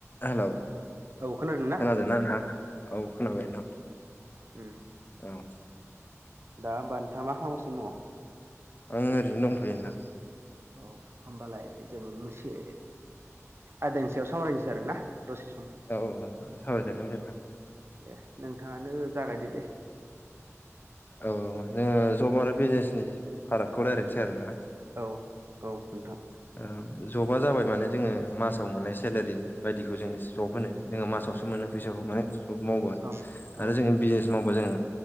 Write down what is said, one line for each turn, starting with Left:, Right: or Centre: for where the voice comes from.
Left: Hello,
Right: औ खोनादों ना
Left: खोनादोंना नोंथां? औ खोनाबाय नोंथां।
Right: उम
Left: औ
Right: दा होमबा नोंथाङा मा खालामगासिनो दङ?
Left: आं ओरैनो दंथ'यो नोंथां।
Right: औ होमबालाय जों मोसे आदानि सायाव सावरायनोसै आरो ना दसे सम।
Left: औ सावरायजागोन दे नोंथां।
Right: दे, नोंथाङानो जागायदो दे।
Left: औ जोङो जब आरो बिजनेसनि फारागखौ रायलायनोसै आरोना
Right: औ औ नोंथां।
Left: ओ जबा जाबाय माने जोङो मासाव मोननाय सेलारि बायदिखौ जोङो जब होनो जोङो मासावसो मोनो फैसाखौ माने जब मावबा
Right: औ
Left: आरो
Right: औ
Left: जोङो बिजनेस मावबा जोङो